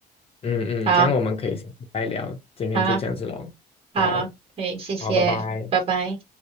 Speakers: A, on the left; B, on the right.
A: 嗯嗯，
B: 好，
A: 这样我们可以下次再聊。今天就这样子喽。
B: 好，好，
A: 好，
B: 可以，谢谢，
A: 好，拜拜。
B: 拜拜。